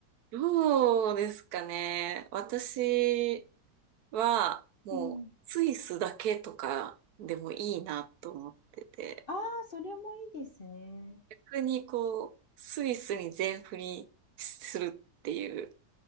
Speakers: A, on the right (about 70°); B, on the left (about 40°).
A: どうですかね。私、は、もう、
B: う。うん。
A: スイスだけとかでもいいなと思ってて、
B: ああ、それもいいですね。
A: 逆にこう、スイスに全振りするっていう、